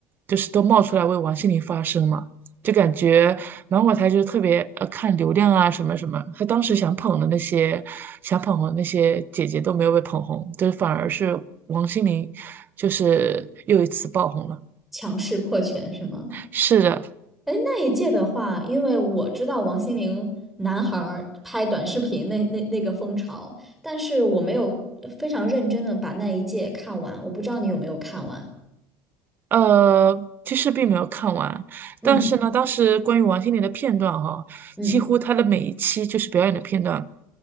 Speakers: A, on the right; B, in the centre.
A: 就是都冒出来为王心凌发声嘛。就感觉然后我才就是特别呃看流量啊什么什么，他当时想捧的那些想捧红的那些姐姐都没有被捧红，就是反而是王心凌，就是又一次爆红了。
B: 强势破圈是吗？
A: 是的，
B: 哎，那一届的话，因为我知道王心凌男孩儿拍短视频那那那个风潮，但是我没有非常认真的把那一届看完，我不知道你有没有看完。
A: 呃，其实并没有看完，
B: 嗯
A: 但是呢，当时关于王心凌的片段哈、
B: 嗯
A: 几乎她的每一期就是表演的片段，